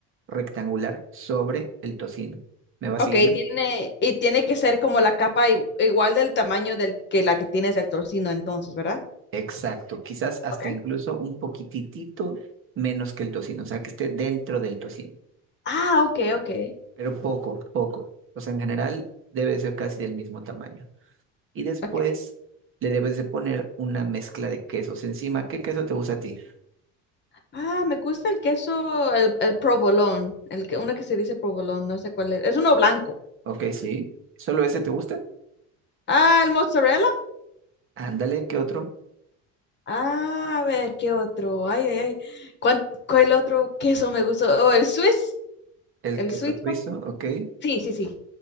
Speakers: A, on the right; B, on the left.
A: rectangular sobre el tocino. ¿Me va siguiendo?
B: Ok, tiene, y tiene que ser como la capa igu- igual del tamaño del que la que tienes del torcino entonces, ¿verdad?
A: Exacto. Quizás hasta
B: ok.
A: incluso un poquititito menos que el tocino, o sea, que esté dentro del tocino.
B: Ah, ok, ok.
A: pero poco, poco. O sea, en general debe ser casi del mismo tamaño. Y después
B: ok.
A: le debes de poner una mezcla de quesos encima. ¿Qué queso te gusta a ti?
B: Ah, me gusta el queso, el, el provolone, el que, uno que se dice provolone, no sé cuál es. Es uno blanco.
A: Ok, sí. ¿Solo ese te gusta?
B: Ah, el mozzarella.
A: Ándale, ¿qué otro?
B: Ah, a ver, ¿qué otro? Ay, ay, ay. ¿Cuál, cuál otro queso me gustó? Oh, el Swiss,
A: El
B: el
A: queso
B: suizo.
A: suizo, ok.
B: Sí, sí, sí.